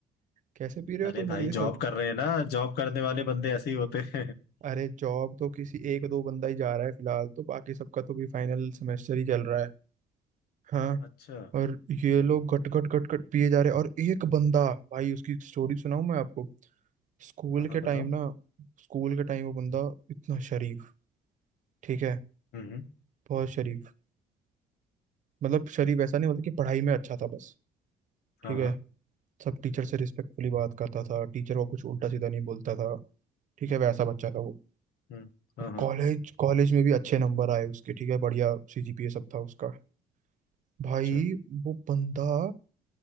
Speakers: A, on the right; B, on the left.
A: कैसे पी रहे
B: अरे
A: हो तुम
B: भाई
A: लोग ये सब
B: जॉब कर रहे हैं ना जॉब करने वाले बंदे ऐसे ही होते हैं <laughs>
A: अरे जॉब तो किसी एक दो बंदा ही जा रहा है फिलहाल तो बाकी सबका तो भी फाइनल सेमेस्टर ही चल रहा है हाँ
B: अच्छा
A: और ये लोग घट घट घट घट पिए जा रहे हैं और एक बंदा भाई उसकी स्टोरी सुनाऊं मैं आपको स्कूल
B: हाँ
A: के
B: हाँ
A: टाइम
B: बताओ
A: ना स्कूल के टाइम वो बंदा इतना शरीफ ठीक है
B: हम्म
A: बहुत शरीफ मतलब शरीफ ऐसा नहीं मतलब कि पढ़ाई में अच्छा था बस
B: हाँ
A: ठीक
B: हाँ
A: है सब टीचर से रिस्पेक्टफुली बात करता था टीचर को कुछ उल्टा सीधा नहीं बोलता था ठीक है वैसा बच्चा था वो
B: हम्म हाँ हाँ
A: कॉलेज कॉलेज में भी अच्छे नंबर आए उसके ठीक है बढ़िया सीजीपीए सब था उसका भाई
B: अच्छा
A: वो बंदा